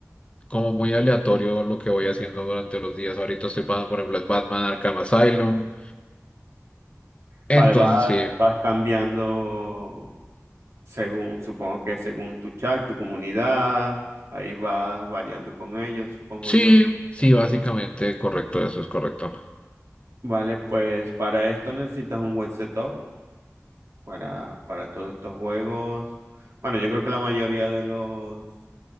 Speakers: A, on the left; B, on the right.
A: como muy aleatorio lo que voy haciendo durante los días. Ahorita estoy pasando, por ejemplo, es Batman Arkham Asylum. Entonces
B: Vale, vas,
A: sí,
B: vas cambiando según, supongo que según tu chat, tu comunidad, ahí vas variando con ellos, supongo
A: sí,
B: yo.
A: sí, básicamente correcto, eso es correcto.
B: Vale, pues para esto necesitas un buen setup para, para todos estos juegos. Bueno, yo creo que la mayoría de los,